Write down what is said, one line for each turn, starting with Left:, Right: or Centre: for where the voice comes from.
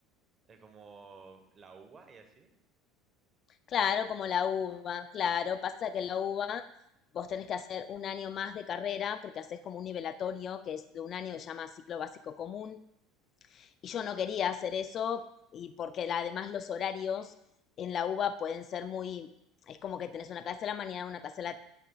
Right: ¿Es como la UBA y así?
Left: Claro, como la uva. claro. Pasa que la uva vos tenés que hacer un año más de carrera porque haces como un nivelatorio que es de un año que se llama ciclo básico común. Y yo no quería hacer eso y porque la- además los horarios en la uva pueden ser muy, es como que tenés una clase a la mañana, una clase a la